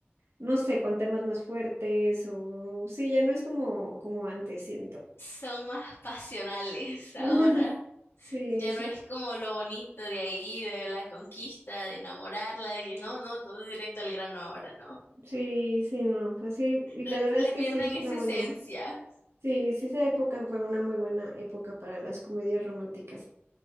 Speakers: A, on the right (about 85°); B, on the left (about 65°).
A: no sé, con temas más fuertes o sí, ya no es como, como antes, siento.
B: <laughs> son más pasionales
A: <laughs>
B: ahora.
A: Sí,
B: Ya
A: sí,
B: no es como lo bonito de ahí, de la conquista, de enamorarla, de que no, no, todo directo al grano ahora, no.
A: sí, sí, no. Así, y la
B: Le,
A: verdad
B: le
A: es que
B: pierden
A: sí es
B: esa
A: una buena.
B: esencia.
A: Sí, sí, esa época fue una muy buena época para las comedias románticas.